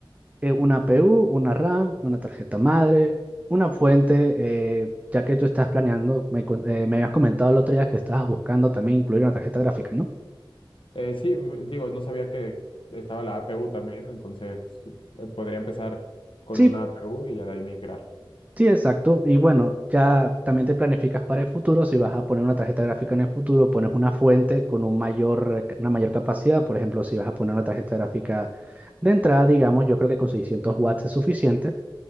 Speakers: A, on the right; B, on the left.
A: eh, una PU, una RAM, una tarjeta madre, una fuente, eh, ya que tú estás planeando, me, cu- eh, me habías comentado el otro día que estabas buscando también incluir una tarjeta gráfica, ¿no?
B: Eh, sí, m- digo, no sabía que estaba la APU también, entonces eh, podría empezar con
A: Sí,
B: una APU y ya de ahí migrar.
A: sí, exacto. Y bueno, ya también te planificas para el futuro, si vas a poner una tarjeta gráfica en el futuro, pones una fuente con un mayor, eh, una mayor capacidad, por ejemplo, si vas a poner una tarjeta gráfica de entrada, digamos, yo creo que con 600 watts es suficiente.